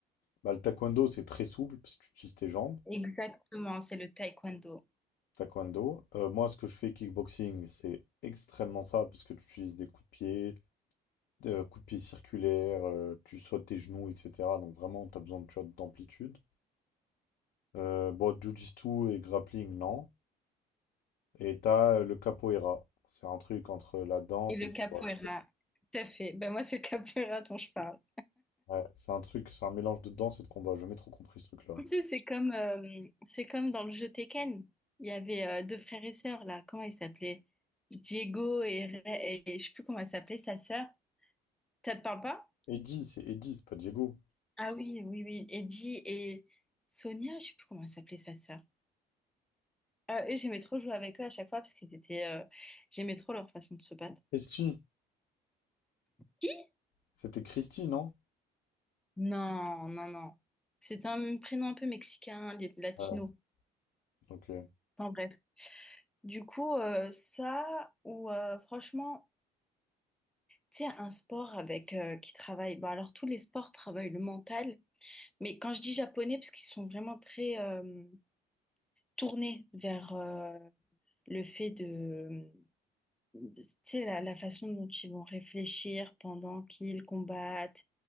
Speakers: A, on the left; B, in the centre.
A: Bah, le taekwondo, c'est très souple parce que tu utilises tes jambes.
B: Exactement, c'est le taekwondo
A: Taekwondo. Euh, moi, ce que je fais kickboxing, c'est extrêmement ça parce que tu utilises des coups de pied, Euh, coup de pied circulaire, euh, tu sautes tes genoux, etc. Donc vraiment, tu as besoin de- tu vois, d'amplitude. Euh, bon, jiu-jitsu et grappling, non. Et t'as euh, le capoeira. C'est un truc entre la danse
B: et le
A: et le
B: capoeira.
A: combat.
B: Tout à fait. Ben moi, c'est le capoeira dont je parle.
A: Ouais, c'est un truc, c'est un mélange de danse et de combat. J'ai jamais trop compris ce truc-là.
B: Tu sais, c'est comme, euh, c'est comme dans le jeu Tekken. Il y avait euh, deux frères et sœurs, là. Comment ils s'appelaient? Diego et, Re- et, je sais plus comment elle s'appelait, sa sœur. Ça te parle pas?
A: Eddie, c'est Eddie, c'est pas Diego.
B: Ah oui, oui, oui. Eddie et Sonia, je sais plus comment elle s'appelait, sa sœur. Euh, eux, j'aimais trop jouer avec eux à chaque fois parce qu'ils étaient, euh, j'aimais trop leur façon de se battre.
A: Christy,
B: Qui?
A: c'était Christy, non?
B: Non, non, non. C'était un prénom un peu mexicain, latino.
A: Ouais, ok.
B: Enfin bref. Du coup, euh, ça, ou euh, franchement. Tu sais, un sport avec euh, qui travaille. Bon, alors tous les sports travaillent le mental, mais quand je dis japonais, parce qu'ils sont vraiment très euh, tournés vers euh, le fait de, de- tu sais, la, la façon dont ils vont réfléchir pendant qu'ils combattent.